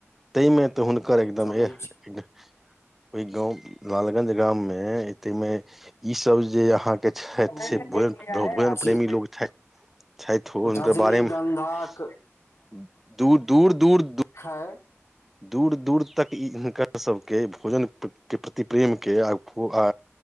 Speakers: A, in the centre; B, on the left.
A: तै मे तऽ हुनकर एकदम
B: जनै
A: एह ओहि गाँव लालगंज गाम मे हे तहिमे इ सब जे अहाके छैथ
B: छथि
A: से भोजन भोजन प्रेमी लोग छैथ छैथ हुनकर
B: रजनीगंधाक
A: बारेमे दूर दूर दूर
B: खै
A: दूर- दूर तक इ हिनकर सभके भोजन प्र के प्रति प्रेम के आ भो आ